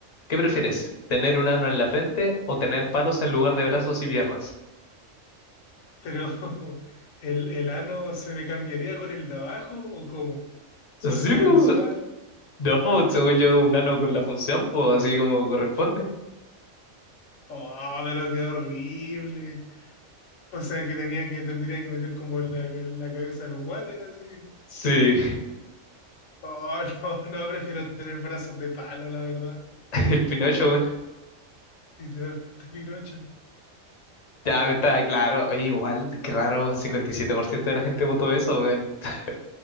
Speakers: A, on the left; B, on the left.
A: ¿qué prefieres? ¿Tener un ano en la frente o tener palos en lugar de brazos y piernas?
B: Pero, <laughs> ¿el, el ano se me cambiaría con el de abajo o cómo? ¿Solo
A: Sí,
B: sería
A: pues,
B: visual?
A: no, pues, según yo, un ano con la función, pues así como corresponde.
B: Oh, pero qué horrible. O sea, que tenía que, tendría que meter como la, la cabeza al water así.
A: Sí,
B: Oh, <laughs> no, no, prefiero tener brazos de palo, la verdad.
A: <laughs> el Pinocho, bueno.
B: Literalmente Pinocho.
A: Ya, está claro, Oye, igual, qué raro, 57% de la gente votó eso, weón. <laughs>